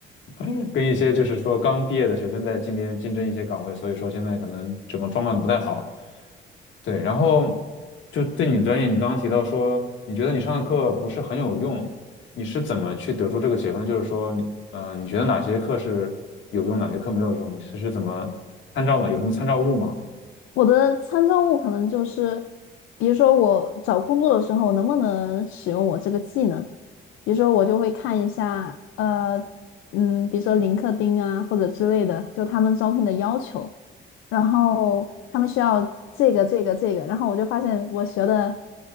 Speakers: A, on the left; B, on the left.
A: <laughs> 跟一些就是说刚毕业的学生在竞争竞争一些岗位，所以说现在可能整个状况都不太好。对，然后就对你的专业，你刚刚提到说，你觉得你上的课不是很有用，你是怎么去得出这个结论？就是说你，呃，你觉得哪些课是有用，哪些课没有用？你这是怎么参照的？有什么参照物吗？
B: 我的参照物可能就是，比如说我找工作的时候能不能使用我这个技能，比如说我就会看一下，呃，嗯，比如说林克丁啊或者之类的，就他们招聘的要求，然后他们需要这个这个这个，然后我就发现我学的，